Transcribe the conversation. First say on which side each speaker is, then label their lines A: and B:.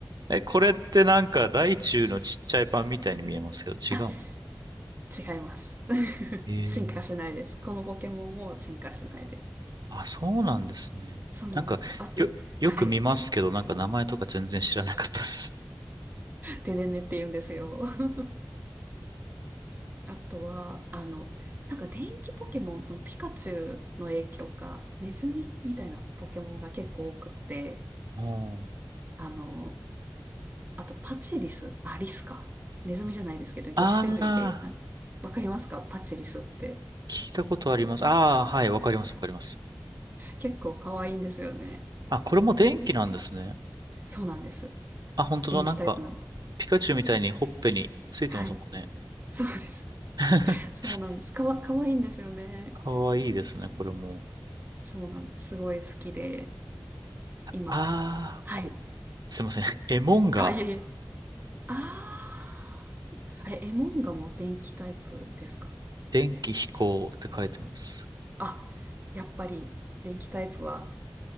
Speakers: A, on the right (about 70°); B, on the right (about 25°).
A: え、これってなんかライチュウのちっちゃいパンみたいに見えますけど違うん。
B: あ、違います。<laughs>
A: えー、
B: 進化しないです。このポケモンも進化しないです。
A: あ、そうなんですね。
B: そうなんです。
A: なんか、
B: あと、
A: よ、よく見ますけど、
B: はい。
A: なんか名前とか全然知らなかったです。
B: ででんねって言うんですよ。<laughs> あとは、あの、なんか電気ポケモン、そのピカチュウの影響か、ネズミみたいなポケモンが結構多くって、
A: あ
B: あの、あと、パチリス。あ、リスか。ネズミじゃないですけど、
A: ああ
B: シ種類で。あわかりますかパチリスって。
A: ー、聞いたことあります。ああ、はい、わかります、わかります。
B: 結構可愛いんですよね。
A: あ、これも電気なんですね。
B: そうなんです。
A: あ、本当だ、
B: 電気タイプなんです。
A: なんか、ピカチュウみたいにほっぺについてますもんね。
B: はい。そうです。
A: <laughs>
B: そうなんです。かわ、可愛いんですよね。
A: かわいいですね、これも。
B: そうなんです。すごい好きで。今、
A: ああ、
B: はい。
A: こ、すいません。<laughs> エモンが
B: あ、いえいえ。あー。あれ、エモンガも電気タイプですか
A: 電気飛行って書いてます。
B: あ、やっぱり、電気タイプは